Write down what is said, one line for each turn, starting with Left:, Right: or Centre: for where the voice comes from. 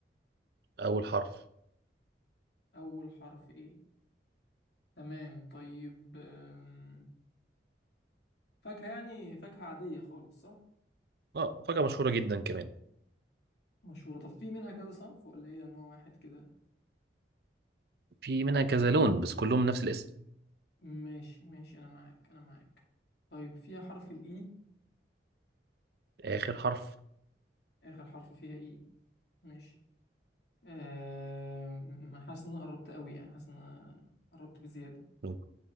Right: اول حرف
Left: أول حرف A تمام طيب أم، فاكهة يعني فاكهة عادية خالص صح؟
Right: اه فاكهة مشهورة جدا كمان
Left: مشهورة طب في منها كذا صنف ولا هي نوع واحد كده؟
Right: في منها كذا لون بس كلهم نفس الاسم
Left: ماشي ماشي أنا معاك أنا معاك طيب فيها حرف ال E
Right: آخر حرف
Left: آخر حرف فيها E ماشي أه... أنا حاسس إن أنا قربت قوي يعني حاسس إن أنا قربت بزيادة
Right: انت